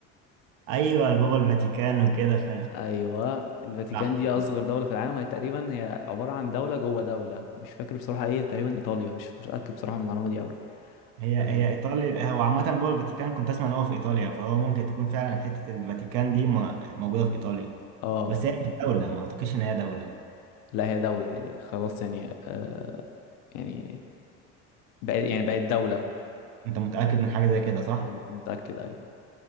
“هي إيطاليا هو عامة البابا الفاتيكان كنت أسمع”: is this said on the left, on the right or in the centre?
Right